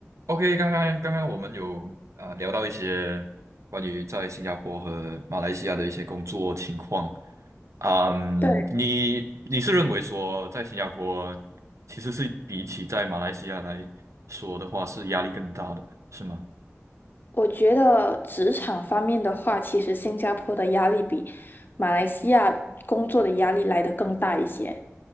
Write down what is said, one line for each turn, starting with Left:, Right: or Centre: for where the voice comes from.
Right: OK，刚刚刚刚我们有啊、聊到一些关于在新加坡和马来西亚的一些工作情况。啊嗯，
Left: 对，
Right: 你你是认为说在新加坡其实是比起在马来西亚来说的话是压力更大的，是吗？
Left: 我觉得职场方面的话，其实新加坡的压力比马来西亚工作的压力来得更大一些。